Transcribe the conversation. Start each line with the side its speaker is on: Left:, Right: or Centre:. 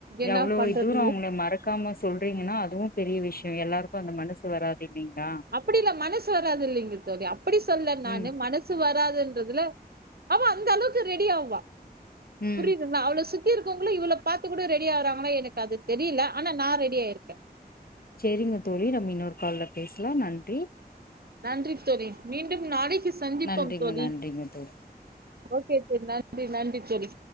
Right: என்ன
Left: எவ்ளோ
Right: பண்றது
Left: தூரம் அவங்ள மறக்காம சொல் அப்டிங்கனா அதுவு பெரிய விஷ்யம் எல்லாருக்கும் அந்த மனசு வராது இல்லைங்களா
Right: அப்டி இல்ல மனசு வந் வராதில்லங்க <unintelligible> அப்டி சொல்ல நானு
Left: ம்
Right: மனசு வராதுன் றதுல அவ அந்த அளவுக்கு ரெடியாவ்வா
Left: ம்
Right: புரிதுங்லா அவ்ள சுத்தி இருக்கவங்கலு இவ்ள பாத்து கூட ரெடி ஆகுறாங்களா எனக்கு அது தெரியல ஆனா நா ரெடியாயிரேன் <inaudible>
Left: செரிங்க தோழி நம்ம இன்னொரு கால்ல பேசலாம் நன்றி
Right: நன்றி தோழி மீண்டும் நாளைக்கு சந்திப்போம்
Left: நன்றிங்க
Right: தோழி
Left: நன்றிங்க தோழி
Right: ஓகே தோழி நன்றி நன் சரி